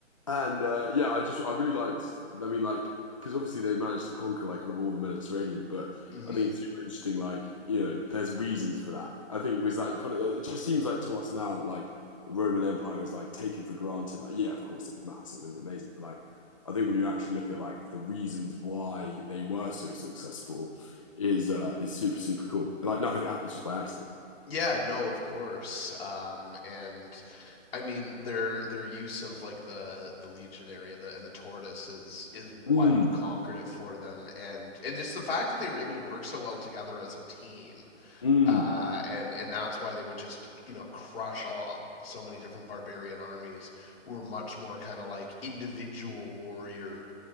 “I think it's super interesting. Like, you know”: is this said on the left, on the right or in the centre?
Left